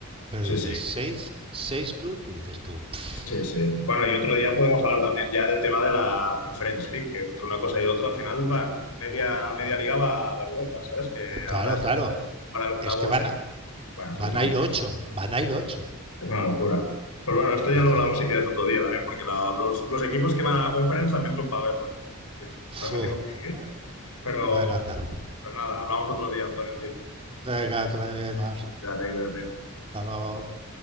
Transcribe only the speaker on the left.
Sí,
sí.
Sí, sí. Bueno, y otro día podemos hablar también ya del tema de la Conference League, que entre una cosa y otra al final van media,
media
liga va a Europa, ¿sabes? Que
ahora es
para el octavo
sí.
Bueno, es
que es una,
Sí, sí.
es una locura. Pero bueno, esto ya
lo hablamos si quieres otro día también, porque la- los, los equipos que van a la Conference también son para verlos. Sí,
que ahora me tengo que ir,
pero,
pero nada, hablamos otro día, Antonio, tío.
Quédate, cuídate.